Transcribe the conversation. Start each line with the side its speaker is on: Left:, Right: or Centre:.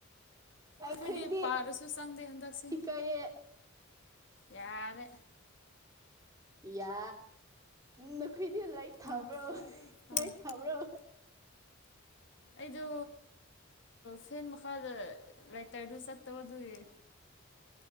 Right: ꯑꯩꯈꯣꯏꯗꯤ
Left: ꯑꯈꯣꯏꯗꯤ ꯄꯥꯔꯁꯨ ꯆꯪꯗꯦ ꯍꯟꯗꯛꯁꯦ
Right: ꯏꯀꯥꯏꯌꯦ
Left: ꯌꯥꯔꯦ
Right: ꯌꯥ ꯅꯈꯣꯏꯗꯤ ꯂꯥꯏꯠ ꯊꯥꯕ꯭ꯔꯣ
Left: ꯑꯥ ꯑꯥ
Right: ꯃꯩ ꯊꯥꯕ꯭ꯔꯣ
Left: ꯑꯩꯗꯣ ꯐꯦꯟ ꯃꯈꯥꯗ ꯂꯥꯏꯇꯔꯗꯨ ꯆꯠꯇꯕꯗꯨꯒꯤ